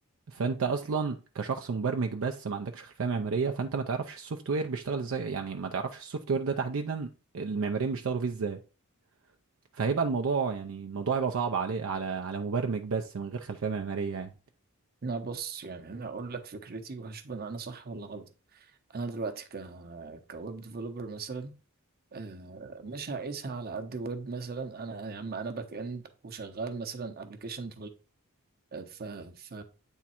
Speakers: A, on the right; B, on the right.
A: فانت اصلا كشخص مبرمج بس ما عندكش خلفيه معماريه فانت ما تعرفش السوفت وير بيشتغل ازاي يعني ما تعرفش السوفت وير ده تحديدا المعماريين بيشتغلوا فيه ازاي فهيبقى الموضوع يعني الموضوع هيبقى صعب عليه على على مبرمج بس من غير خلفيه معماريه يعني
B: انا بص يعني انا هقول لك فكرتي وهشوف ان انا صح ولا غلط انا دلوقتي ك كويب ديفلوبر مثلا آه، مش هقيسها على قد ويب مثلا انا يا عم انا باك اند وشغال مثلا ابلكيشن ف... ف...